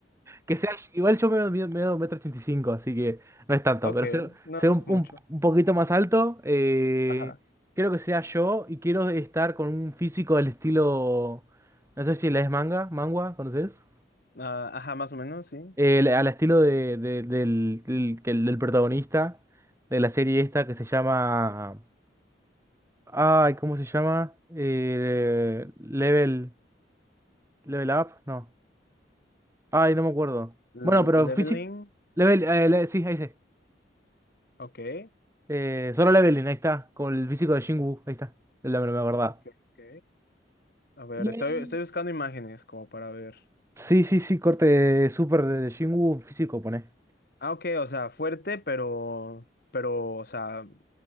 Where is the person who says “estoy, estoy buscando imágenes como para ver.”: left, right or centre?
Left